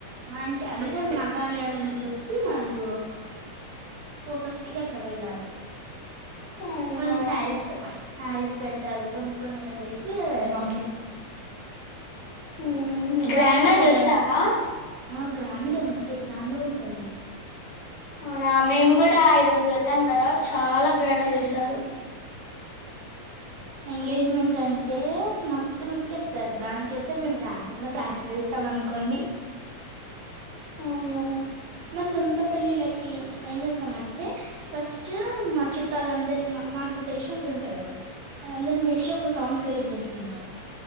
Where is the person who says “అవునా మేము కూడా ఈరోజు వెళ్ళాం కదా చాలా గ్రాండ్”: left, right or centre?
Left